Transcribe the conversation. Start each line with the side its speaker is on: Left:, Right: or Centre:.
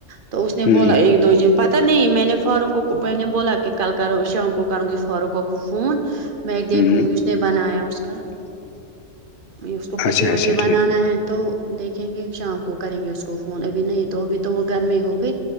Right: تو اس نے
Left: ہوں
Right: بولا ایک دو جن پتہ نہیں میں نے فاروق کو کو میں نے بولا کہ کل کروں شام کو کروں گی فاروق و کو فون میں ایک دیکھوں
Left: ہوں
Right: گی اس نے بنایا اس کا اس کو پٹی
Left: اچھا
Right: وٹی
Left: اچھا
Right: بنانا
Left: ٹھیک
Right: ہے تو دیکھیں گے شام کو کریں گے اس کو فون ابھی نہیں تو ابھی تو وہ گرمی ہوگئی